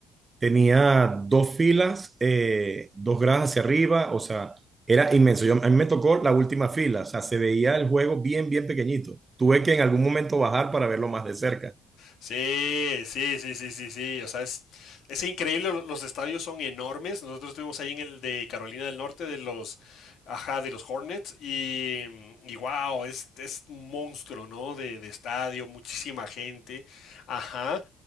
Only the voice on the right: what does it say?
Tenía dos filas, eh, dos gradas hacia arriba, o sea, era inmenso. Yo, a mí me tocó la última fila, o sea, se veía el juego bien, bien pequeñito. Tuve que en algún momento bajar para verlo más de cerca.